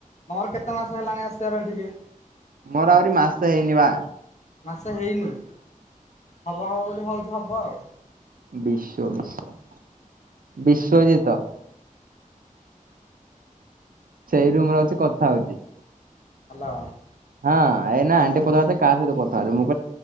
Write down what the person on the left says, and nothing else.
ତମର କେତେ ମାସେ ହେଲାଣି ଆସିବାର ଏଠିକି?
ମାସେ ହେଇନି ହବ ହବ ବୋଲି ହଉଛି ହବ ଆଉ।
ହ୍ୟାଲୋ।